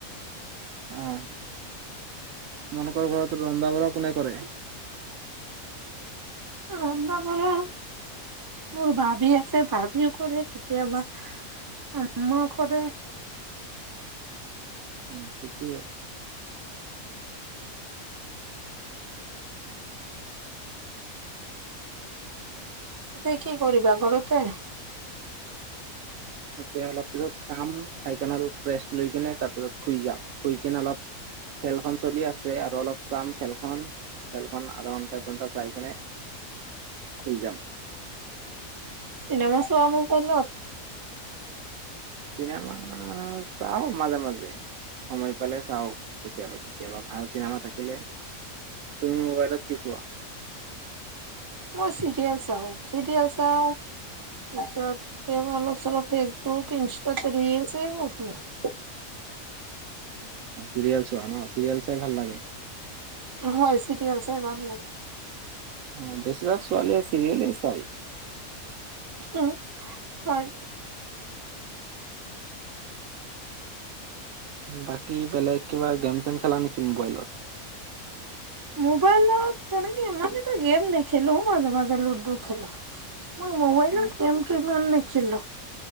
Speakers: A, on the right; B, on the right.
A: অ তোমালোকৰ ঘৰত ৰন্ধা বঢ়া কোনে কৰে
B: ৰন্ধা বঢ়া মোৰ ভাবি আছে ভাবিও কৰে কেতিয়াবা আম্মাও কৰে
A: উম ঠিকেই আছে
B: এতিয়া কি কৰিবা ঘৰতে
A: এতিয়া অলপ পিছত খাম খাই কিনে অলপ ৰেষ্ট লৈ কিনে তাৰপিছত শুই যাম শুই কিনে অলপ খেলখন চলি আছে আৰু অলপ চাম খেলখন খেল খন আধা ঘণ্টা এক ঘণ্টা চাই কেনে শুই যাম
B: চিনেমা চোৱা মবাইলত
A: চিনেমা চাওঁ মাজে মাজে সময় পালে চাওঁ কেতিয়াবা কেতিয়াবা ভাল চিনেমা থাকিলে তুমি মবাইলত কি চোৱা
B: মই চিৰিয়েল চাওঁ চিৰিয়েল চাওঁ তাৰপিছত কেতিয়াবা অলপ চলপ ফেচবুক ইনষ্টাত ৰিল চিল <unintelligible>
A: অ চিৰিয়েল চোৱা ন চিৰিয়েল চাই ভাল লাগে
B: হয় চিৰিয়েল চাই ভাল লাগে।
A: উম বেছিভাগ ছোৱালীয়ে ছিৰিয়েলে চায়।
B: উম হয়।
A: বাকী বেলেগ কিবা গেম চেম খেলা নেকি মোবাইলত?
B: মোবাইলত তেনেকে ইমান এটা গেম নেখেলো, মাজে মাজে লুডু খেলো। মই মোবাইলত
A: অ
B: গেমটো ইমান নেখেলো,